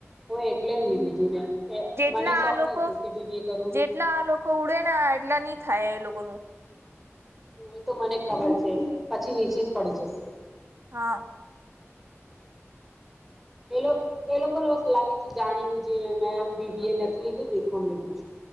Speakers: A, in the centre; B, on the right.
A: હોય એટલે નહી લીધું ને? એ
B: જેટલા
A: મને શોખ
B: આ લોકો
A: નહી હતું કે બી બી એ કરું
B: જેટલા
A: મેં
B: આ લોકો ઉડેને એટલા ની થાય એ લોકો કોનું.
A: એ તો મને ખબર છે પછી નીચે જ પડી જશે.
B: હા.
A: એ લોક લોકોને એવું લાગે છે જાણીબુજીને મેં બી બી એ નથી લીધું બી કોમ લીધું.